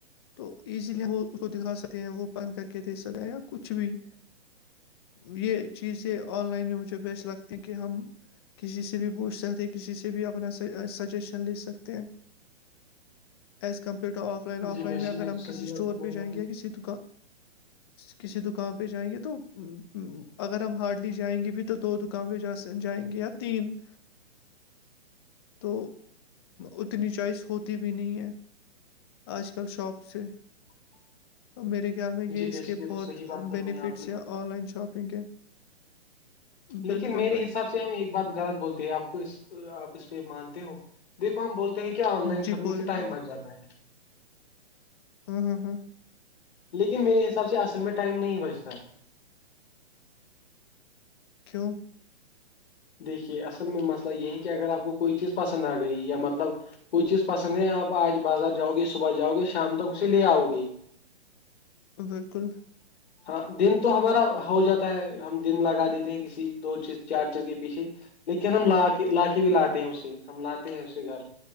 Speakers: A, on the left; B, on the left.
A: تو ایزیلی ہم اس کو دکھا سکتے ہیں وہ پن کر کے دے سکتے ہیں یا کچھ بھی یہ چیزیں آن لائن میں مجھے بییس لگتی ہیں کہ ہم کسی سے بھی پوچھ سکتے کسی سے بھی اپنا سجیشن لے سکتے ہیں ایز کمپیئر ٹو آپ آف لائن آف
B: جی
A: لائن
B: بیشک
A: میں اگر
B: یہ
A: ہم
B: تو صحیح
A: کسی اسٹور
B: بات فرمائی
A: پہ جائیں
B: آپ
A: گے
B: نے
A: یا کسی دکان کسی دکان پہ جائیں گے تو اگر ہم ہارڈلی جائیں گے بھی تو دو دکان پہ جا جائیں گے آپ تین تو اتنی چوائس ہوتی بھی نہیں ہے آج کل شاپ سے میرے خیال میں یہ
B: جی
A: اس
B: بیشک
A: کے
B: تو
A: بہت
B: صحیح بات فرمائی
A: بینیفٹس
B: آپ نے
A: ہیں آن لائن شاپنگ کے بالکل
B: لیکن میرے
A: بھائی
B: حساب سے ہم ایک بات غلط بولتے ہیں آپ کو آپ اس پہ مانتے ہو دیکو ہم بولتے ہیں کیا آن لائن
A: جی
B: شاپنگ
A: بولے
B: سے ٹائم
A: بولے
B: بچ جاتا ہے
A: ہوں ہوں ہوں <inaudible>
B: لیکن میرے حساب سے اصل میں ٹائم نہیں بجتا
A: ککھیوں <unintelligible>
B: دیکھیے اصل میں مسئلہ یہ ہے کہ اگر آپ کو کوئی چیز پسند آ گئی یا مطلب کوئی چیز پسند ہے آپ آج بازار جاؤ گے صبح جاؤ گے شام تک اسے لے آؤ گے
A: بالکل
B: ہاں دن تو ہمارا ہو جاتا ہے ہم دن لگا دیتے ہیں کسی دو چیز چار چیز کے پیچھے لیکن ہم لا کے لا کے بھی لاتے ہیں اسے ہم لاتے ہیں اسے گھر <inaudible>